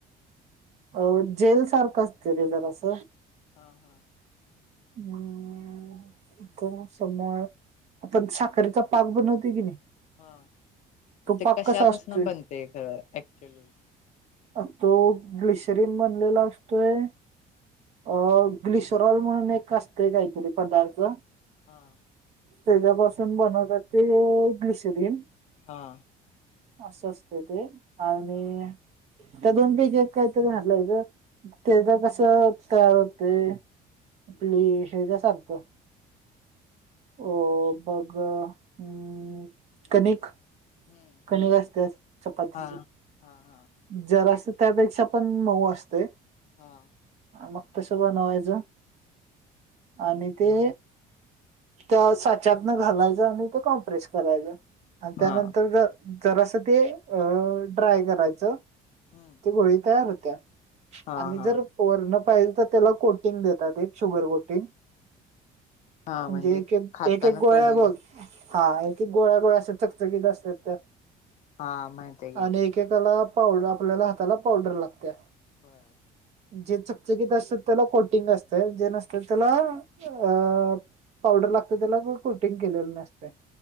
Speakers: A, on the right; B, on the left.
A: अ जेल सारखं असते र जरा अस.
B: हा हा.
A: हम्म. समर आपण साखरेचा पाक बनवते की नाही?
B: हा म्हणजे
A: तो पाक
B: ते कशापासन
A: कसा असतोय
B: बनते खरं ऍक्च्युली?
A: अ तो ग्लिशरीन बनलेला असतोय अ ग्लिसोरॉल म्हणून एक असतंय काहीतरी पदार्थ.
B: हा.
A: त्याच्यापासून बनवतात ते ब्लिशरीन.
B: हा.
A: असं असत ते आणि
B: हा हा
A: त्या दोन पैकी एक काहीतरी म्हटलं तेचा कस तयार होते. आपली शेज सारखो. हो बघ हम् कणिक.
B: हम्म
A: कणीक असतेस चपातीची.
B: हा हा हा
A: जरा असते. त्यापेक्षा पण मऊ असते.
B: हा.
A: मग तश बनवायच आणि ते त्या साच्यातन घालायचं आणि ते कॉम्प्रेस करायचं. आणि
B: हा
A: त्यानंतर ज जरास ते अ ड्राय करायचं.
B: हम्म
A: ते गोळी तयार होत्या
B: हा
A: आणि
B: हा
A: जर वर्ण पाजे तर त्याला कोटिंग देतात एक शुगर कोटिंग.
B: हा
A: म्हणजे एक एक
B: खाताना
A: एक एक गोळ्या
B: कडू
A: आहे बघ. हा गोळ्या गोळ्या अस चकचकीत असतात त्या.
B: हा माहिती की.
A: आणि एकेकाला पावडर आपल्याला हाताला पावडर लागते.
B: हा.
A: जे चकचकीित असत त्याला कोटिंग असते जे नसत त्याला अ पावडर लागत त्याला कोटिंग केलेलं नसते.